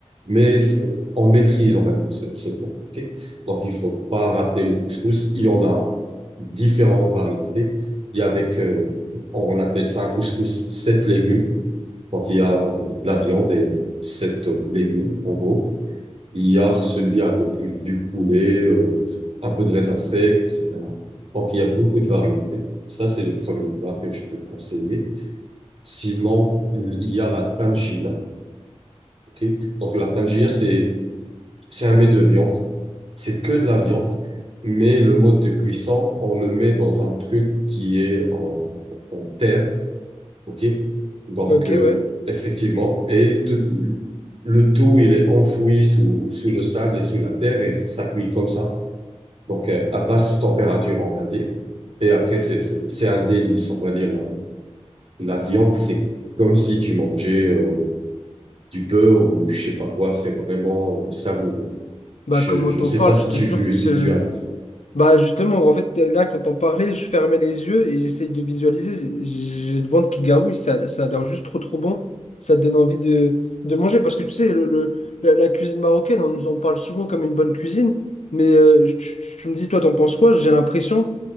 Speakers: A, on the right; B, on the left.
A: mais c'est- on maîtrise, on va dire, ce, ce plat. ok Donc, il faut pas rater le couscous. Il y en a différentes variétés. Il y a avec, euh, on appelle ça un couscous sept légumes. Donc, il y a euh, de la viande et sept euh, légumes, en gros. Il y a celui avec du poulet, euh, un peu de raisin sec, etc. Donc, il y a beaucoup de variétés. Ça, c'est le premier plat que je peux te conseiller. Sinon, il y a la tangia. ok Donc, la tangia, c'est, c'est un mets de viande. C'est que de la viande, mais le mode de cuisson, on le met dans un truc qui est en, en terre. OK? Donc,
B: Ok,
A: euh,
B: ouais.
A: effectivement, et tout- le tout, il est enfoui sous, sous le sable et sous la terre et ça cuit comme ça. Donc, euh, à basse température, on va dire. Et après, c'est, c'est c'est un délice, on va dire. La, la viande, c'est comme si tu mangeais euh, du beurre ou je sais pas quoi. C'est vraiment euh, savoureux.
B: Bah
A: Je,
B: comment
A: je
B: t'en
A: sais
B: parles,
A: pas si
B: je te
A: tu
B: jure
A: vu-
B: que
A: visualises.
B: c'est... Bah justement, en fait, là, quand on parlait, je fermais les yeux et j'essayais de visualiser. J'ai le ventre qui garouille, ça, ça a l'air juste trop trop bon. Ça te donne envie de, de manger. Parce que tu sais, le, le- la, la cuisine marocaine, on nous en parle souvent comme une bonne cuisine. Mais euh, je- je- tu, me dis, toi, t'en penses quoi? J'ai l'impression